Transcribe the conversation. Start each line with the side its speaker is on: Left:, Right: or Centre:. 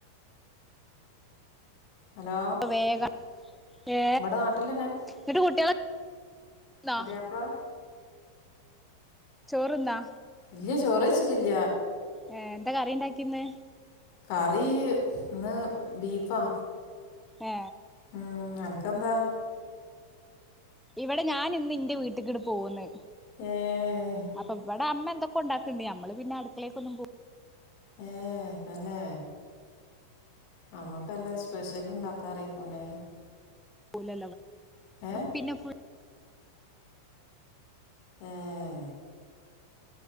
Left: ഹലോ
Centre: വേഗം ഏ
Left: ഇവിട നാട്ടിൽ തന്നെ
Centre: എന്നിട്ട് കുട്ടികളൊക്കെ തിന്നോ
Left: പുതിയാപ്പള
Centre: ചോറ് ന്നോ
Left: ല്ലചോറ് വച്ചിട്ടില്ല
Centre: ഏ എന്താ കറി ഉണ്ടാക്കിന്ന്
Left: കറി ഇന്ന് ബീഫാ
Centre: ഏ
Left: ഉം എനക്ക്ന്താ
Centre: ഇവിടെ ഞാൻ ഇന്ന് ഇന്റെ വീട്ടക്ക്ടെ പോകന്ന്
Left: ഏഹ ഏഹ്
Centre: അപ്പൊ ഇവിടെ അമ്മ എന്തൊക്കെ ഉണ്ടാക്കണ്ടണ്ട് നമ്മള് പിന്നെടുത്തേക്കൊന്നും പോ
Left: ഏഹ തന്നെ നമ്മുക്കല്ലാ സ്പെഷ്യൽ ഉണ്ടാക്കാറക്കൂനെ
Centre: പോല
Left: ഏഹ്
Centre: പിന്നെ
Left: ഏഹ